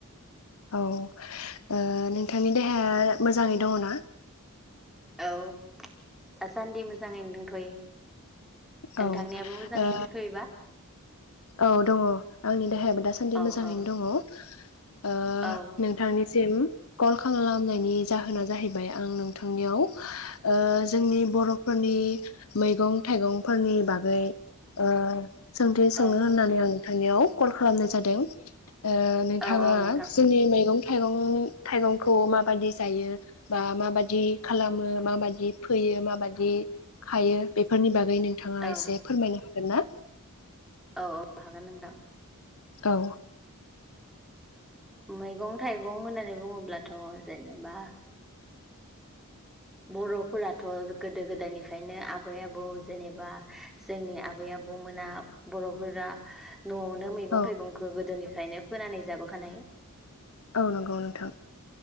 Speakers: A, on the left (about 65°); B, in the centre.
A: औ ओ नोंथांनि देहाया मोजाङै दङ ना?
B: औ दासान्दि मोजाङैनो दंथ'यो। ओंथांनियाबो
A: औ ओ
B: मोजाङैनो दंथ'योबा?
A: औ दङ आंनि देहायाबो दासान्दि
B: औ
A: मोजाङैनो
B: औ
A: दङ। ओ
B: औ
A: नोंथांनि सिम कल खालामनायनि जाहोना जाहैबाय आ नोंथांनिआव ओ जोंनि बर'निफोरनि मैगं थाइगंफोरनि बागै ओ सोंथि सोंनो
B: औ
A: होननानै आं थांनायाव कल खालामनाय जादों। ओ नोंथाङा
B: औ औ नोंथां
A: जोंनि मैगं थाइगंनि थाइगंखौ माबायदि जायो बा माबाद दि खालामो माबादि फैयो माबादि खायो बेफोरनि बाग गै नोंथाङा
B: औ
A: एसे फोरमायनो हागोन ना?
B: औ औ हागोन नोंथां।
A: औ
B: मैगं थाइगं होननानै बुङोब्लाथ' जेन नेबा बर'फोराथ' गोदो गोदायनिफ्रायनो आबै आबौ जेनेबा जोंनि आबै आबौमोना बर'फोरा न'आवनो मैगं
A: औ
B: थाइगंखौ गोदोनि निफ्रायनो फोनानै जाबोखानाय ।
A: औ नंगौ नोंथां